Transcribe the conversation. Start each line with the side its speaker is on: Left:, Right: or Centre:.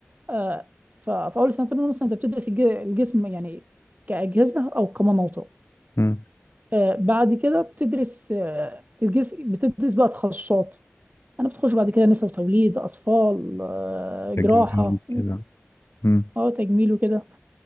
Right: آه، ففي اول سنتين مثلا انت بتدرس الج- الجسم يعني كاجهزه او كمناطق
Left: مم.
Right: آه، بعد كده بتدرس آه، الجسم بتدرس بقى تخصصات انا بتخش بعد كده نساء وتوليد اطفال آه، جراحه
Left: تجميل كده مم.
Right: اه تجميل وكده